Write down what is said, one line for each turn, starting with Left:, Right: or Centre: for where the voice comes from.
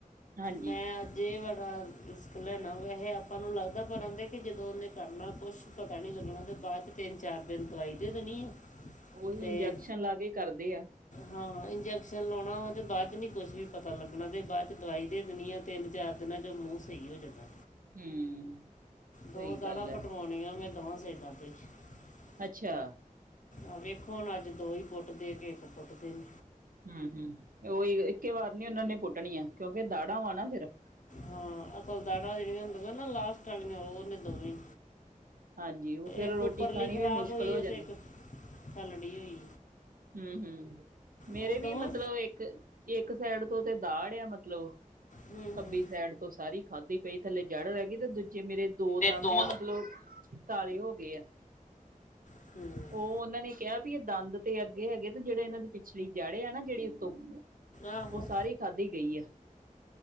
Right: ਹਾਂਜੀ
Left: ਮੈਂ ਅੱਜ ਜੇ ਬੜਾ ਰਿਸ਼ਕ ਲੈਣਾ ਵੈ ਇਹ ਆਪਾਂ ਨੂੰ ਲੱਗਦਾ ਪਰ ਆਉਂਦੇ ਕਿ ਜਦੋਂ ਉਹਨੇ ਕਰਨਾ ਕੁਛ ਪਤਾ ਨਹੀਂ ਲੱਗਣਾ ਤੇ ਬਾਅਦ ਤਿੰਨ ਚਾਰ ਦਿਨ ਦਵਾਈ ਦੇ ਦੇਣੀ ਆ।
Right: ਉਹੀ
Left: ਤੇ
Right: ਇੰਜੈਕਸ਼ਨ ਲਾ ਕੇ ਕਰਦੇ ਆ।
Left: ਹਾਂ ਇੰਜੈਕਸ਼ਨ ਲਾਉਣਾ ਤੇ ਬਾਅਦ ਚ ਨੀ ਕੁਛ ਵੀ ਪਤਾ ਲੱਗਣਾ ਤੇ ਬਾਅਦ ਚ ਦਵਾਈ ਦੇ ਦੇਣੀ ਆ। ਤਿੰਨ ਚਾਰ ਦਿਨਾਂ ਚ ਮੂੰਹ ਸਹੀ ਹੋ ਜਾਂਦਾ।
Right: ਹਮ <unintelligible>
Left: ਦੋ
Right: ਸਹੀ
Left: ਦਾੜ੍ਹਾਂ
Right: ਗੱਲ ਹੈ
Left: ਪਟਵਾਉਣੀਆਂ ਮੈਂ ਦੋਵਾਂ‌ ਸੇ ਡਰ। <unintelligible>
Right: ਅੱਛਾ।
Left: ਆਹ ਵੇਖੋ ਹੁਣ ਅੱਜ ਦੋ ਹੀ ਪੁੱਟਦੇ ਕਿ ਇੱਕ ਪੁੱਟਦੇ ਨੇ।
Right: ਹਮ ਹਮ ਉਹੀ ਇੱਕੇ ਵਾਰ ਨੀ ਉਹਨਾਂ ਨੇ ਪੁੱਟਣੀਆਂ ਕਿਉਂਕਿ ਦਾੜਾ ਵਾਂ ਨਾ ਫੇਰ।
Left: ਹਾਂ ਅਕਲਦਾੜਾਂ ਜਿਹੜੀਆਂ ਹੁੰਦੀਆਂ ਨਾ ਲਾਸਟ ਵਾਲੀਆਂ ਉਹ ਨੇ ਦੋਵੇਂ।
Right: ਹਾਂਜੀ ਉਹ ਫੇਰ
Left: ਇੱਕ
Right: ਰੋਟੀ
Left: ਉਪਰਲੀ
Right: ਖਾਣੀ
Left: ਖਰਾਬ
Right: ਵੀ ਮੁਸ਼ਕਿਲ
Left: ਹੋਈ
Right: ਹੋ
Left: ਹੈ
Right: ਜਾਂਦੀ
Left: ਤੇ ਇੱਕ <unintelligible> ਥੱਲੜੀ ਹੋਈ।
Right: ਹਮ ਹਮ ਮੇਰੇ
Left: ਉਹ
Right: ਵੀ
Left: ਦੋਵਾਂ
Right: ਮਤਲਬ ਇੱਕ ਇੱਕ ਸੈਡ ਤੋਂ ਤੇ ਦਾੜ ਆ ਮਤਲਬ।
Left: ਹੂੰ
Right: ਖੱਬੀ
Left: ਹੂੰ
Right: ਸਾਈਡ ਤੋਂ ਸਾਰੀ ਖਾਧੀ ਪਈ ਥੱਲੇ ਜੜ ਰਹਿ ਗਈ ਤੇ ਦੂਜੇ ਮੇਰੇ ਦੋ ਦੰਦ
Left: ਦੋ
Right: ਆ ਮਤਲਬ। ਕਾਲੇ ਹੋ ਗਏ ਆ।
Left: ਹਮ <inaudible>
Right: ਉਹ ਉਹਨਾਂ ਨੇ ਕਿਹਾ ਵੀ ਇਹ ਦੰਦ ਤੇ ਅੱਗੇ ਹੈਗੇ ਤੇ ਜਿਹੜੇ ਇਹਨਾਂ ਦੀ ਪਿਛਲੀ ਜੜੇ ਆ ਨਾ ਜਿਹੜੇ ਉਤੋਂ।
Left: ਆਹੋ
Right: ਉਹ ਸਾਰੀ ਖਾਧੀ ਗਈ ਹੈ।